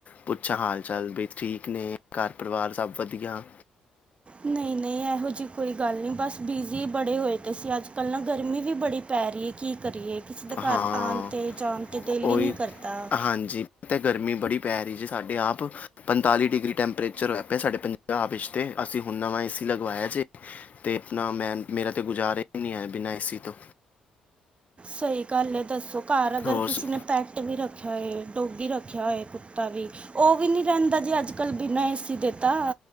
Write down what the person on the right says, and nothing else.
ਨਹੀਂ- ਨਹੀਂ ਇਹੋ ਜਿਹੀ ਕੋਈ ਗੱਲ ਨਹੀਂ, ਬਸ ਬਿਜ਼ੀ ਬੜੇ ਹੋਏ। ਤੇ ਸੀ ਅੱਜ- ਕੱਲ ਨਾ ਗਰਮੀ ਵੀ ਬੜੀ ਪੈ ਰਹੀ ਹੈ, ਕੀ ਕਰੀਏ। ਕਿਸੇ ਦੇ ਘਰ
ਆਉਣ 'ਤੇ ਜਾਣ 'ਤੇ ਦਿਲ
ਹੀ ਨਹੀਂ ਕਰਦਾ
ਸਹੀ ਗੱਲ ਹੈ, ਦੱਸੋ। ਘਰ ਅਗਰ
ਕਿਸੇ
ਨੇ ਪੈਕਟ ਵੀ ਰੱਖ ਛ ਕੀ ਰੱਖਿਆ ਹੋਇਆ ਕੁੱਤਾ ਵੀ, ਉਹ ਉਹ ਵੀ ਨਹੀਂ ਰਹਿੰਦਾ ਜੇ, ਅੱਜ-ਕੱਲ ਬਿਨਾਂ ਏਸੀ ਦੇ ਤਾ